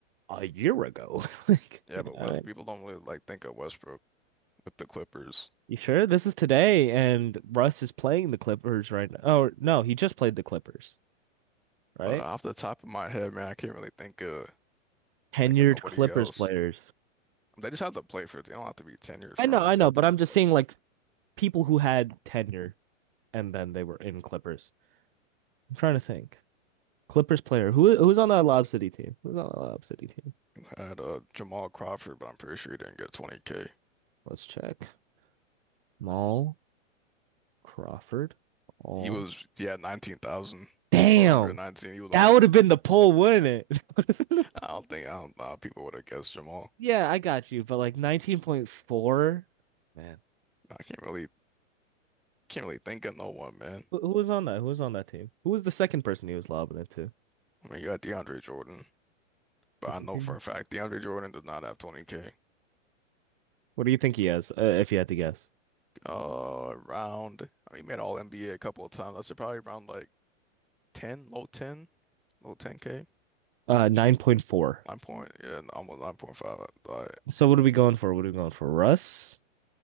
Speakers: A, on the right; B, in the centre.
A: a year ago. <laughs> like,
B: yeah,
A: you
B: but
A: know,
B: West people don't really like think of Westbrook with the Clippers.
A: you sure this is today? And Russ is playing the Clippers right now. Oh, no, he just played the Clippers, right?
B: But off the top of my head, man, I can't really think of
A: Tenured
B: think of nobody
A: Clippers
B: else.
A: players.
B: They just have to play for it. They don't have to be tenured
A: I
B: for
A: know,
B: it.
A: I
B: They just
A: know,
B: have
A: but
B: to
A: I'm just
B: play
A: saying like people who had tenure and then they were in Clippers. I'm trying to think. Clippers player. Who who's on that Lob City team? Who's on that Lob City team?
B: had uh, Jamal Crawford, but I'm pretty sure he didn't get 20K.
A: Let's check. Jamal Crawford. All.
B: He was, he had 19,419.
A: Damn.
B: He was
A: That
B: almost
A: would have been
B: there.
A: the poll, wouldn't it? <laughs> That would've been the-
B: I don't think, I don't know, how people would have guessed Jamal.
A: Yeah, I got you, but like 19.4. Man.
B: I can't really, can't really think of no one, man.
A: Who, who was on that? Who was on that team? Who was the second person he was lobbing it to?
B: I mean, you got DeAndre Jordan, but
A: You
B: I
A: think
B: know
A: Dan?
B: for a fact DeAndre Jordan does not have 20K.
A: What do you think he has, uh, if you had to guess?
B: Uh, around, I mean, he made all NBA a a couple of times. That's probably around like 10, low 10, low 10K.
A: Uh, 9.4.
B: Nine point, yeah, almost 9.5. Like,
A: So what are we going for? What are we going for? Russ